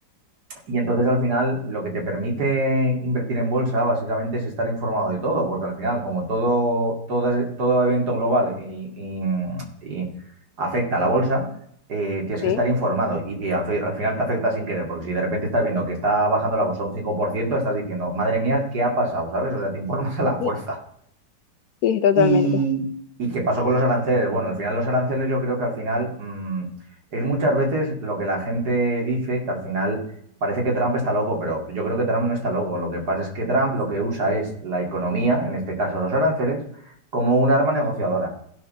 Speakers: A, on the right; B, on the left.
A: y entonces al final lo que te permite invertir en bolsa básicamente es estar informado de todo, porque al final como todo, todo, todo evento global y, y- y afecta a la bolsa, eh, tienes
B: Sí,
A: que estar informado y que al, fi- al final te afecta sin querer, porque si de repente estás viendo que está bajando la bolsa un 5% estás diciendo, madre mía, ¿qué ha pasado? ¿Sabes? O sea, te <laughs> informas a la
B: sí,
A: fuerza.
B: sí, totalmente.
A: ¿Y, y qué pasó con los aranceles? Bueno, al final los aranceles yo creo que al final mm, es muchas veces lo que la gente dice, que al final parece que Trump está loco, pero yo creo que Trump no está loco. Lo que pasa es que Trump lo que usa es la economía, en este caso los aranceles, como un arma negociadora.